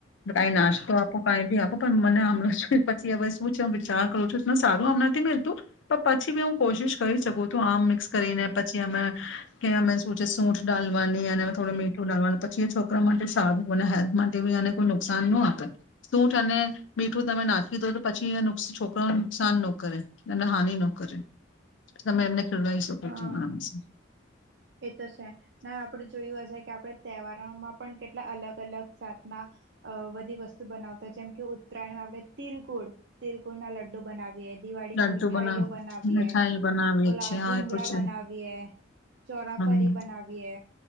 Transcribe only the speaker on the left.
પણ કાઈ નાસ્તો આપો કાઈ બી આપો પણ મને આમરસ જોઈ પછી હવે શું છે હું વિચાર કરું છું <unintelligible> સારું આમ નથી મેલતું, પ પછી બી હું કોશિશ કરી શકું તું આમ મિક્સ કરીને પછી અમે કે અમે શું છે સૂઠ ડાલવાની અને હવે થોડુ મીઠું ડાલવાનું, પછી એ છોકરા માટે સારું અને હેલ્થ માટે બી એને કોઈ નુકસાન ન આપે. સૂઠ અને મીઠું તમે નાખી દો તો પછી એ નુસ છોકરાઓને નુકસાન ન કરે, અને હાનિ નો કરે. તમે એમને ખવરાઈ શકો
છો આરામ સે.
લડ્ડુ
બનાવ
મીઠાઈ બનાવીએ
છે હા
એ તો છે
હમ